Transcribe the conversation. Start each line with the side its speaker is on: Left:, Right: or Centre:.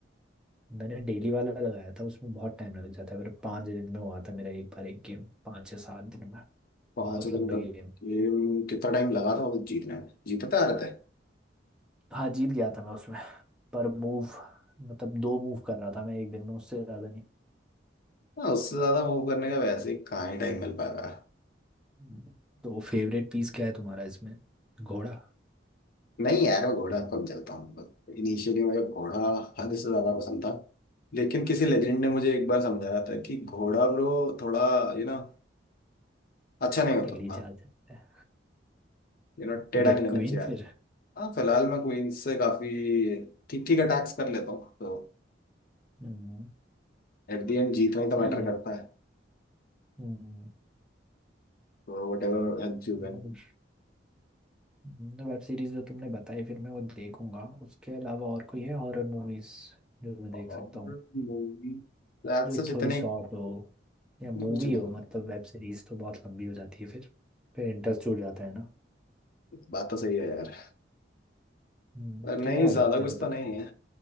Centre: मैंने डेली वाला लगाया था उसमें बहुत टाइम लग जाता है मेरे पाँच दिन में हुआ था मेरा एक बार एक गेम पाँच या सात दिन में
Left: पांच
Centre: बहुत
Left: दिन
Centre: लंबे
Left: का
Centre: गेम
Left: गेम कितना टाइम लगा था उसे जीतने में जीतते आ रहे थे
Centre: हाँ जीत गया था मैं उसमें पर मूव मतलब दो मूव कर रहा था मैं एक दिन में उससे ज्यादा नहीं
Left: हाँ उससे ज्यादा मूव करने का वैसे ही कहाँ ही टाइम मिल पाएगा
Centre: हम्म। तो फेवरेट पीस क्या है तुम्हारा इसमें घोड़ा
Left: नहीं यार मैं घोड़ा कम चलता हूँ इनिशियली मुझे घोड़ा हद से ज्यादा पसंद था लेकिन किसी लेजेंड ने मुझे एक बार समझाया था कि घोड़ा ब्रो थोड़ा यू नो अच्छा नहीं होता
Centre: टेढ़ी
Left: उतना
Centre: चाल चलता है
Left: यू नो टेढ़ा
Centre: तो क्या
Left: नहीं लेना
Centre: क्वीन
Left: चाहिए आदमी
Centre: फिर
Left: हाँ फिलहाल मैं क्वींस से काफी ठीक ठीक अटैक्स कर लेता हूँ तो
Centre: हम्म
Left: एट द एंड जीतना ही
Centre: सही
Left: तो मैटर
Centre: है
Left: करता
Centre: हम्म
Left: or whatever else you win
Centre: और हम्म, तो वेब सीरीज जो तुमने बताई फिर मैं वो देखूंगा उसके अलावा और कोई है हॉरर मूवीज जो मैं देख
Left: और
Centre: सकता हूँ
Left: मूवी रात
Centre: जो
Left: से जितने
Centre: थोड़ी शॉर्ट हो या
Left: इतनी
Centre: मूवी
Left: कुछ नहीं
Centre: हो मतलब
Left: है
Centre: वेब सीरीज तो बहुत लंबी हो जाती है फिर फिर इंटरेस्ट छूट जाता है ना
Left: बात तो सही है यार
Centre: हम्म,
Left: पर नहीं
Centre: तो क्या
Left: ज्यादा
Centre: कर सकते
Left: कुछ
Centre: हैं बताओ
Left: तो नहीं है